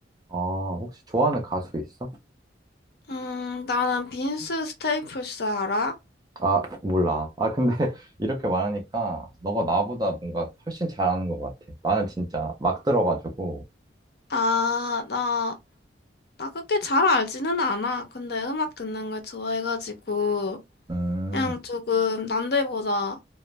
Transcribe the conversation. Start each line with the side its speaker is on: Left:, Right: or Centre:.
Right: 아, 혹시 좋아하는 가수 있어?
Left: 음, 나는 빈스 스테이플스 알아?
Right: 아, 몰라. 아, 근데 <laughs> 이렇게 말하니까 너가 나보다 뭔가 훨씬 잘하는 것 같아. 나는 진짜 막 들어가지고,
Left: 아, 나 나 그렇게 잘 알지는 않아. 근데 음악 듣는 걸 좋아해가지고,
Right: 음,
Left: 그냥 조금 남들보다